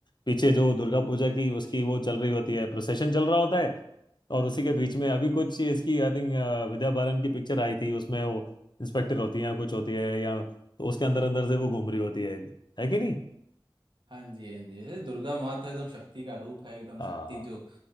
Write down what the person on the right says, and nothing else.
हाँ जी हाँ जी ये दुर्गा माँ तो एकदम शक्ति का रूप है एकदम
शक्ति जो